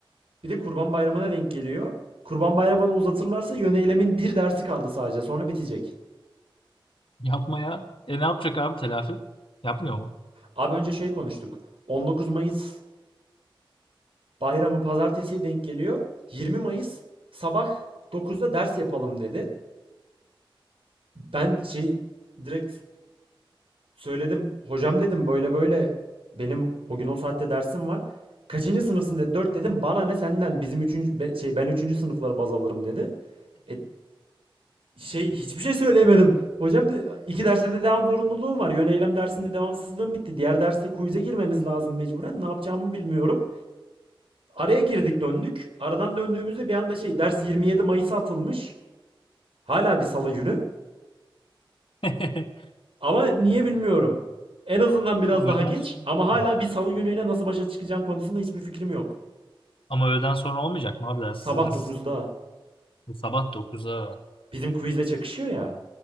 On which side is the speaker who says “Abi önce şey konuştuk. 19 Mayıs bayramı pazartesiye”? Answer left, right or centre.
Right